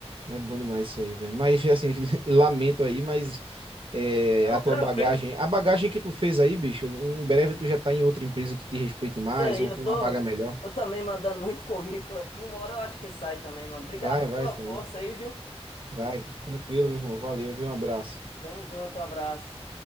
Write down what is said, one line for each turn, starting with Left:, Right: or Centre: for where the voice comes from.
Right: É bom demais isso aí, velho. Mas, assim, <laughs> e lamento aí, mas é,
Left: Não,
Right: a tua
Left: tranquilo.
Right: bagagem, a bagagem que tu fez aí, bicho, em breve tu já tá em outra empresa que te respeite mais
Left: Isso aí,
Right: ou
Left: eu
Right: com
Left: tô,
Right: uma vaga melhor.
Left: tô também mandando muito currículo aqui. Uma hora eu acho que sai também, mano. Obrigadão
Right: Vai, vai,
Left: pela
Right: isso
Left: força
Right: aí.
Left: aí, viu?
Right: Vai, tranquilo, meu irmão. Valeu, viu? Um abraço.
Left: Tamo junto, abraço.